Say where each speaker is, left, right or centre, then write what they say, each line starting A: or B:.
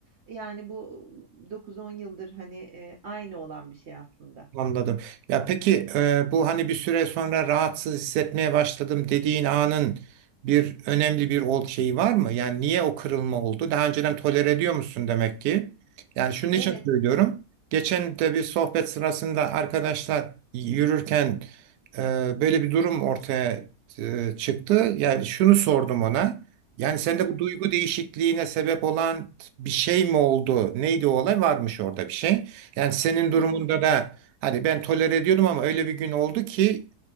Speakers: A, on the right; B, on the right.
A: Yani bu e, 9-10 yıldır hani e, aynı olan bir şey aslında.
B: Anladım. Ya peki e, bu hani bir süre sonra rahatsız hissetmeye başladım dediğin anın bir önemli bir ol şeyi var mı? Yani niye o kırılma oldu? Daha önceden tolere ediyor musun demek ki? Yani şunun için
A: Evet.
B: söylüyorum. Geçen de bir sohbet sırasında arkadaşlar yürürken e, böyle bir durum ortaya e, çıktı. Yani şunu sordum ona. Yani sende
A: Hı hı.
B: bu duygu değişikliğine sebep olan bir şey mi oldu? Neydi o olay? Varmış orada bir şey. Yani senin durumunda
A: Hı hı.
B: da Hani ben tolere ediyordum ama öyle bir gün oldu ki